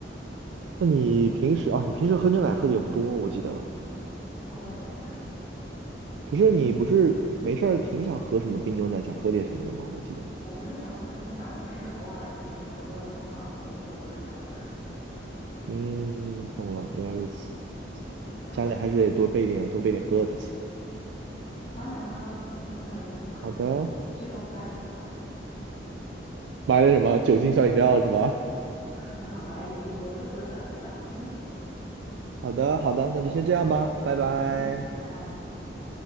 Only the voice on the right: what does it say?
那你平时啊，你平时喝牛奶喝的也不多，我记得。
可是你不是没事儿挺想喝什么冰牛奶，想喝点什么的吗？我记得。
嗯，懂了，原来如此。
家里还是得多备点，多备点喝的才行。
好的，
买点什么酒精小饮料是吧？
好的，好的，那就先这样吧，拜拜。